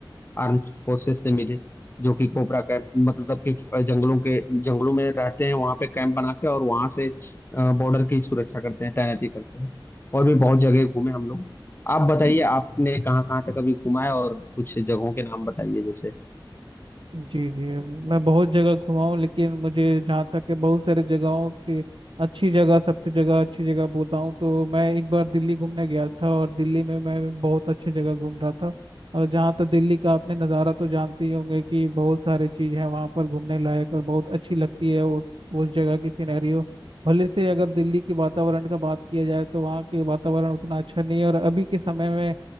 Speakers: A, on the left; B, on the right.
A: आर्म्ड फोर्सेस से मिले जो कि कोबरा कैंप मतलब कि जंगलों के जंगलों में रहते हैं वहां पे कैंप बना के और वहां से बॉर्डर की सुरक्षा करते हैं तैनाती करते हैं और भी बहुत जगह घूमे हम लोग आप बताइए आपने कहाँ कहाँ तक अभी घूमा है और कुछ जगहों के नाम बताइए जैसे
B: जी जी मैं बहुत जगह घुमा हूँ लेकिन मुझे जहाँ तक है बहुत सारे जगहों से अच्छी जगह सबसे जगह अच्छी जगह बताऊँ तो मैं एक बार दिल्ली घूमने गया था और दिल्ली में मैं बहुत अच्छी जगह घूम रहा था और जहाँ तो दिल्ली का आपने नज़ारा तो जानते ही होंगे कि बहुत सारे चीज़ है वहाँ पर घूमने लायक और बहुत अच्छी लगती है उस उस जगह की सिनेरियो भले से अगर दिल्ली के वातावरण का बात किया जाए तो वहाँ के वातावरण उतना अच्छा नहीं है और अभी के समय में